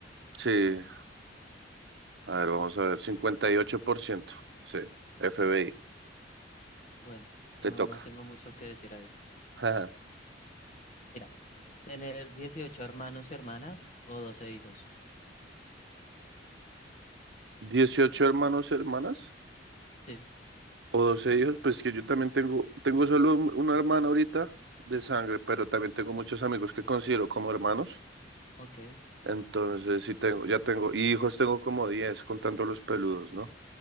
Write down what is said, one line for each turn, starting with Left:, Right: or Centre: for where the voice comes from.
Right: Sí. A ver, vamos a ver. cincuenta y ocho por ciento Sí. FBI.
Left: Bueno,
Right: Te
Left: no,
Right: toca.
Left: no tengo mucho que decir ahí.
Right: <laughs>
Left: Mira, tener 18 hermanos y hermanas o 12 hijos.
Right: dieciocho hermanos, hermanas
Left: Sí,
Right: o 12 hijos. Pues que yo también tengo, tengo solo un- una hermana ahorita de sangre, pero también tengo muchos amigos que considero como hermanos.
Left: ok,
Right: Entonces, sí tengo, ya tengo, y hijos tengo como 10 contando los peludos, ¿no?